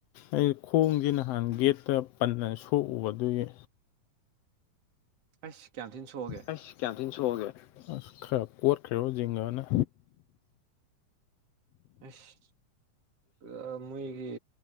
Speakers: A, on the left; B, on the right.
A: ꯑꯩ ꯈꯣꯡꯁꯦ ꯅꯍꯥꯟ ꯒꯦꯠꯇ ꯄꯟꯅ ꯁꯣꯛꯎꯕ ꯑꯗꯨꯒꯤ
B: ꯑꯩꯁ ꯀꯌꯥꯝ ꯊꯤꯅ ꯁꯣꯛꯑꯒꯦ
A: ꯑꯩꯁ ꯀꯌꯥꯝꯇꯤꯅ ꯁꯣꯛꯑꯒꯦ ꯑꯁ ꯈꯔ ꯀꯣꯠꯈ꯭ꯔꯦꯕꯣ ꯖꯤꯡꯒꯅ
B: ꯑꯁ ꯑꯥ ꯃꯣꯏꯒꯤ